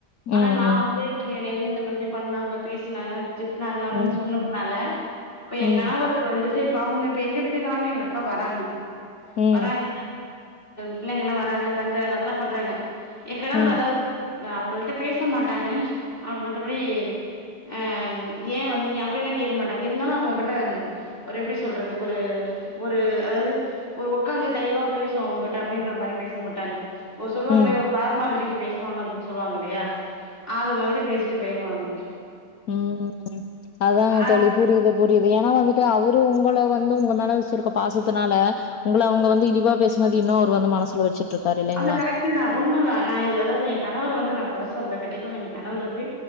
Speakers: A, on the left; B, on the left.
A: ம் ம்
B: ஆனா நான் வந்து
A: ம்
B: என்னய வந்து இந்த மாதிரி பண்ணாங்க பேசினாங்க திட்னாங்க அன்னு
A: ம்
B: சொன்ன இப்ப
A: ம்
B: என் கன்வக்கு வந்து சரி இப்ப அவங்க இப்ப எங்க வீட்டுக்கெல்லாம எங்க அக்கா வராங்க
A: ம்
B: வராங்க பிள்ளைங்க எல்லாம வராங்க தங்குறாங்க அதலாம் பண்றாங்க எகணவர்
A: ம்
B: அதாவது அவங்கள்ட்ட பேச மாட்டாங்க அவங்க மத்தபடி அ ஏன் வந்தீங்க அப்படி எல்லாம் கேட்க மாட்டாங்க இருந்தாலும் அவங்ககிட்ட ஒரு எப்படி சொல்றது ஒரு ஒரு அதாவது ஒரு உட்காந்து தெளிவா பேசும் அவங்ககிட்ட அப்படின்ற மாதிரி பேச மாட்டாங்க ஒரு சொல்லுவாங்களே
A: ம்
B: ஒரு பார்மாலிட்டிக்கு பேசுவாங்க அப்படின்னு சொல்லுவாங்க இல்லையா அது மாதிரி பேசிட்டு போயிருவாங்க
A: உஹம் அதான்
B: அ
A: தொலைபூரிதல் புரியுது ஏன்னா வந்துட்டு அவரு உங்களை வந்து உங்க மேல வச்சிருக்க பாசத்தனால உங்களை அவங்க வந்து இழிவா பேசினது இன்னும் அவரு வந்து மனசல வச்சுட்டு இருக்காரு இல்லைங்களா
B: அது கரெக்டு தான் உண்மைதான் நான் இது அதாவது என் கணவர வந்து நான் கொர சொல்ல கண்டிப்பா எங்க கணவர் வந்து